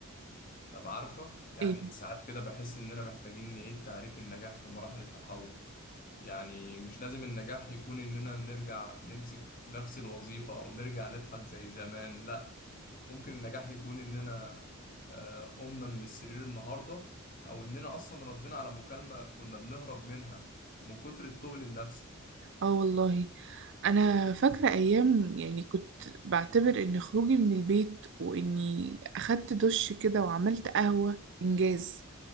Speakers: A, on the left (about 40°); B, on the right (about 55°).
A: طب عارفة يعني
B: ايه
A: ساعات كده بحس إننا محتاجين نعيد تعريف النجاح في مراحل التحول يعني مش لازم النجاح يكون إننا نرجع نمسك نفس الوظيفة أو نرجع نضحك زي زمان لأ ممكن النجاح يكون إننا آه، قمنا من السرير النهاردة أو إننا أصلا ردينا على مكالمة كنا بنهرب منها من كتر التقل النفسي
B: اه والله انا فاكره ايام يعني كنت بعتبر ان خروجي من البيت واني اخدت دش كده وعملت قهوه انجاز